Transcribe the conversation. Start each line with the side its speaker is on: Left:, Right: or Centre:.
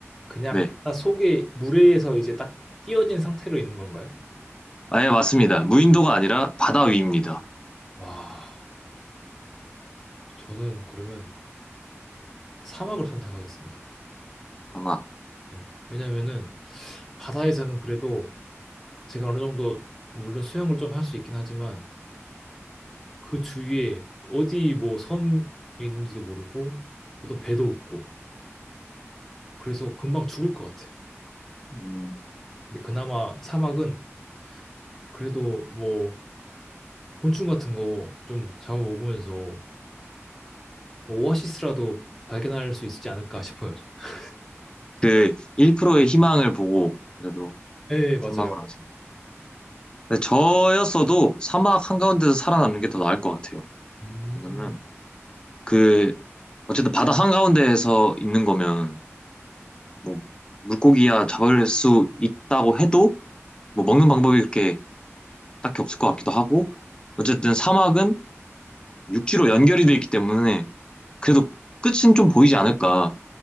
Centre: 그냥
Left: 네.
Centre: 바다 속에 물에서 이제 딱 띄어진 상태로 있는 건가요?
Left: 아예 맞습니다. 무인도가 아니라 바다 위입니다.
Centre: 와, 저는 그러면 사막을 선택하겠습니다.
Left: 아마.
Centre: 네. 왜냐면은 바다에서는 그래도 제가 어느 정도 물론 수영을 좀 할 수 있긴 하지만 그 주위에 어디 뭐 섬이 있는지도 모르고 어떤 배도 없고 그래서 금방 죽을 것 같아요.
Left: 음,
Centre: 근데 그나마 사막은 그래도 뭐 곤충 같은 거 좀 잡아먹으면서 뭐 오아시스라도 발견할 수 있지 않을까 싶어요. 저는.
Left: 그 1%의 희망을 보고 그래도
Centre: 네, 맞아요.
Left: 사막으로 하시면. 근데 저였어도 사막 한가운데서 살아남는 게 더 나을 것 같아요.
Centre: 음,
Left: 왜냐면 그 어쨌든 바다 한가운데에서 있는 거면 뭐 물고기야 잡을 수 있다고 해도 뭐 먹는 방법이 그렇게 딱히 없을 것 같기도 하고 어쨌든 사막은 육지로 연결이 돼 있기 때문에 그래도 끝은 좀 보이지 않을까라고